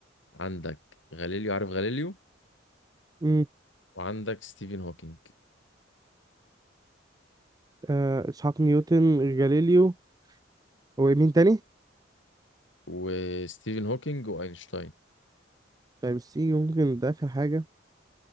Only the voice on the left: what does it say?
عندك غاليليو عارف غاليليو
وعندك ستيفن هوكينج
وستيفن هوكينج واينشتاين